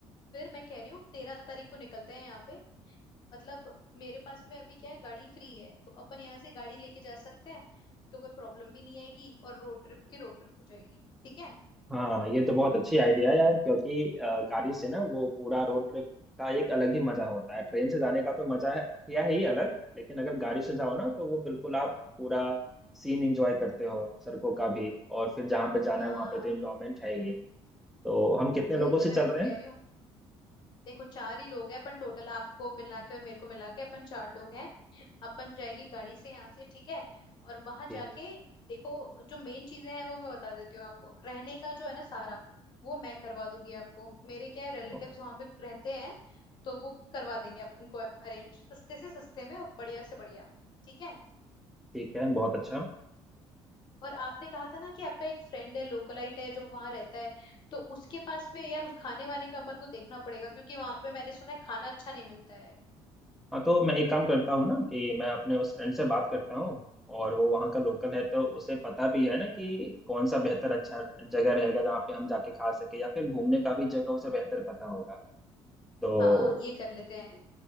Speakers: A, on the left; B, in the centre.
A: फिर मैं कह रही हूँ तेरह तारीख को निकलते हैं यहाँ पे मतलब मेरे पास में अभी क्या है गाड़ी फ्री है तो अपन यहाँ से गाड़ी लेके जा सकते हैं तो कोई प्रॉब्लम भी नहीं आएगी और रोड ट्रिप की रोड ट्रिप हो जाएगी ठीक है
B: हाँ ये तो बहुत अच्छी आइडिया है यार क्योंकि अ, गाड़ी से ना वो पूरा रोड ट्रिप का एक अलग ही मजा होता है ट्रेन से जाने का तो मजा है या है ही अलग लेकिन अगर गाड़ी से जाओ ना तो वो बिल्कुल आप पूरा सीन एंजॉय करते हो सड़कों का भी और फिर जहाँ पे जाना
A: हाँ
B: है वहाँ पे तो एंजॉयमेंट है ही तो हम कितने
A: वही
B: लोगों
A: तो
B: से
A: मैं
B: चल
A: आपको
B: रहे हैं
A: कह रही हूँ देखो चार ही लोग हैं अपन टोटल आपको मिला के और मेरे को मिला के अपन चार लोग हैं अपन जाएंगे गाड़ी से यहाँ से ठीक है और वहां
B: ठीक
A: जाके देखो जो मेन चीजें हैं वो मैं बता देती हूँ आपको रहने का जो है ना सारा वो मैं करवा दूंगी आपको मेरे क्या है रिलेटिव्स
B: ओ,
A: वहां पे रहते हैं तो वो करवा देंगे अपन को अरेंज सस्ते से सस्ते में और बढ़िया से बढ़िया ठीक है
B: ठीक है बहुत अच्छा
A: और आपने कहा था ना कि आपका एक फ्रेंड है लोकलाइट है जो वहां रहता है तो उसके पास में यार उस खाने वाने का अपन को देखना पड़ेगा क्योंकि वहां पे मैंने सुना है खाना अच्छा नहीं मिलता है
B: हाँ तो मैं एक काम करता हूँ ना कि मैं अपने उस फ्रेंड से बात करता हूँ और वो वहाँ का लोकल है तो उसे पता भी है ना कि कौन सा बेहतर अच्छा जगह रहेगा जहाँ पे हम जाके खा सके या फिर घूमने का भी जगह उसे बेहतर पता होगा तो
A: हाँ ये कर लेते हैं